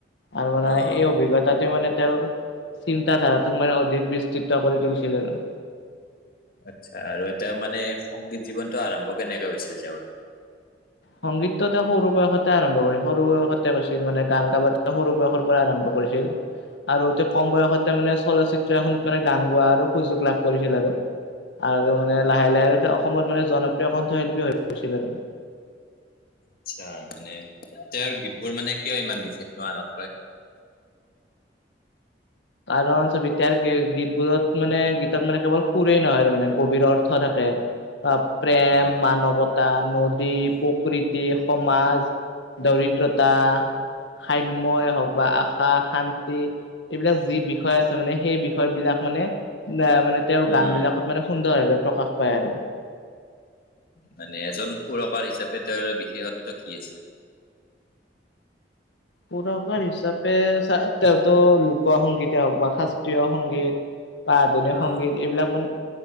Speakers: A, on the left (about 80°); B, on the left (about 55°).
A: আৰু মানে
B: অ', অ'।
A: সেই অভিজ্ঞতাটো মানে তেওঁৰ চিন্ত ধাৰাটোক মানে অধিক বিস্তৃত কৰি তুলিছে। <unintelligible>
B: আচ্ছা, আৰু এ তেওঁ মানে সংগীত জীৱনতটো আৰম্ভ কেনেককাে হৈছিল তেওঁৰ?
A: সংগীতটো এটা সৰু বয়সতে আৰম্ভ কৰি সৰু বয়সতে কৈছিল। মানে গান গাব সৰু বয়সৰ পৰা আৰম্ভ কৰি আৰু এতি কম বয়সতে মানে। চলচিত্ৰ এখনত মানে গান গোৱাৰ আৰু সুযোগ লাভ কৰিছিল। আৰু আৰু মানে লাহে-লাহে অসমত মানে জনপ্ৰিয় কণ্ঠশিল্পী হৈ পৰিছিলে।
B: আচ্ছা মানে তেওঁৰ গীতবোৰ মানে কিয় ইমান বিশেষ আনতকৈ।
A: কাৰণ চব এতিাৰ গীতবোৰত মানে গীত মানে কেৱল সুৰৰেই নহয় আৰু মানে গভীৰ অৰ্থ থাকে। প্ৰেম,
B: অ'।
A: মানৱতা, নদী, প্ৰকৃতি। সমাজ, দৰিদ্ৰতা, সাম্য হওঁক বা আশা শান্তি এইবিলাক। যি বিষয় আছে মানে সেই বিষয় বিলাক মানে অ মানে তেওঁৰ
B: উম,
A: গান
B: উম,
A: বিলাকত মানে। প্ৰকাশ পায় আৰু
B: মানে এজন সুৰকাৰ হিচাপে তেওঁৰ বিশেষত্ব কি আছিল? <inaudible>
A: সুৰকাৰ হিচাপে চ তেওঁতো লোক সংগীতে হওঁক বা শাস্ত্ৰীয় সংগীত। বা আধুনিক
B: অ',
A: সংগীত এইবিলাক মানে।